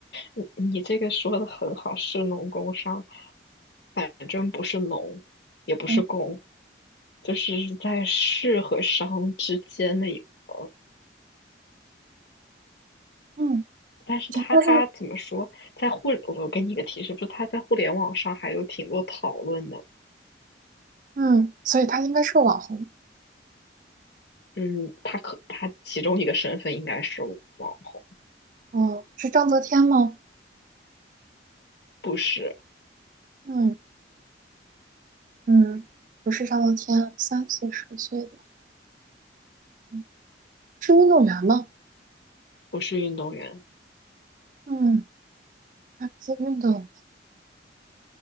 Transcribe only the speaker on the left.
你你这个说的很好，市农工商，反正不是农，也不是工，
就是在市和商之间的一个。
但是他他怎么说，
在互我给你一个提示，就是它在互联网上还有挺多讨论的。
嗯，他可他其中一个身份应该是网红，
不是
不是运动员。